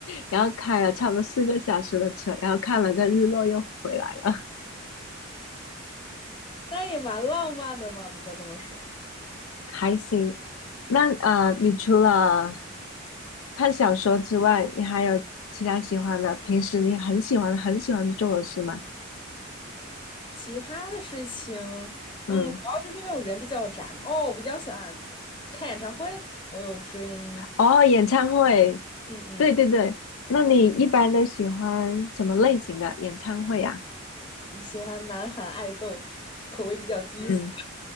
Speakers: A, on the left; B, on the left.
A: 然后开了差不多四个小时的车，然后看了个日落又回来了，
B: 那也蛮浪漫的嘛。不过这么说。
A: <laughs> 还行。那呃，你除了看小说之外，你还有其他喜欢的，平时你很喜欢很喜欢做的事吗？
B: 其他的事情，嗯，
A: 嗯。
B: 主要就是因为我人比较宅嘛。哦，我比较喜欢看演唱会，我有追，
A: 哦，演唱会，
B: 嗯
A: 对对对，那你一般都喜欢什么类型的演唱会啊？
B: 嗯，喜欢南韩爱豆，口味比较低俗。
A: 嗯，